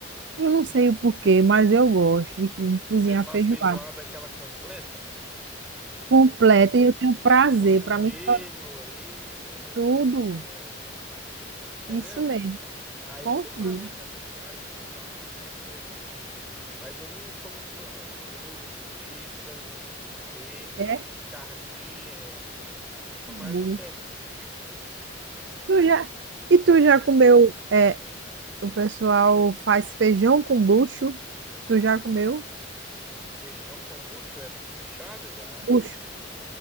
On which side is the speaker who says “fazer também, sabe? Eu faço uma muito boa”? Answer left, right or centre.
Centre